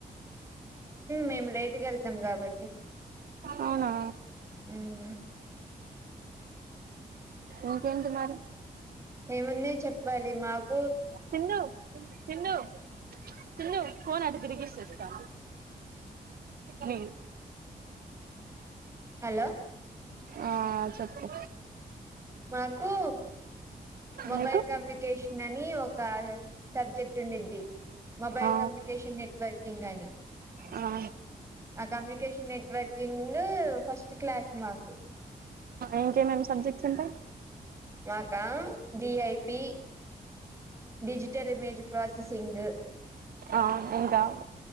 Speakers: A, on the right (about 20°); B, on the right (about 75°).
A: మేము లైట్ గా వెళ్తాము కాబట్టి
B: అవునా
A: మ్మ్
B: ఇంకేంటి మరి
A: ఏమన్నాయీ చెప్పాలి మాకు
B: సింధు సిధు సిందు ఫోన్ అటు తిరిగిసిస్తా మీరు
A: హలో
B: ఆ చెప్పు
A: మాకు మొబైల్
B: నీకు
A: కమ్యూనికేషన్ అని ఒక సబ్జెక్ట్ ఉంనిద్ది మొబైల్
B: ఆ
A: కమ్యూనికేషన్ నెట్వర్కింగ్ అని
B: ఆ
A: ఆ కమ్యూనికేషన్ నెట్వర్కింగ్ ఫస్ట్ క్లాస్ మాకు
B: ఇంకేమేమి సబ్జెక్ట్స్ ఉంటాయి
A: మాకా డిఐపి డిజిటల్ ఇమేజ్ పసెసింగ్
B: ఆ ఇంకా